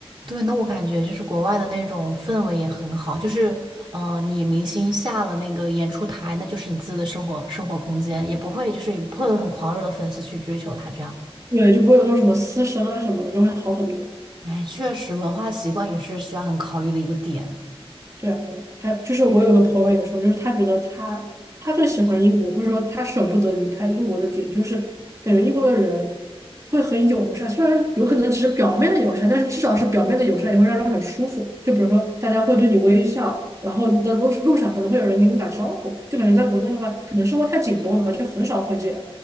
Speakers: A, on the right; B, on the right.
A: 对，那我感觉就是国外的那种氛围也很好，就是，嗯、你明星下了那个演出台，那就是你自己的生活生活空间，也不会就是也不会有很狂热的粉丝去追求他这样。
B: 对，就不会有那种什么私生啊什么的，就会好很多。
A: 哎，确实，文化习惯也是需要很考虑的一个点。
B: 对啊，对啊，还有就是我有个朋友也说，就是他觉得他他最喜欢英国，或者说他舍不得离开英国的点，就是感觉英国的人会很友善，虽然有可能只是表面的友善，但是至少是表面的友善也会让人很舒服。就比如说大家会对你微笑，然后你在路路上可能会有人给你打招呼，就感觉在国内的话，可能生活太紧绷了吧，就很少会这样。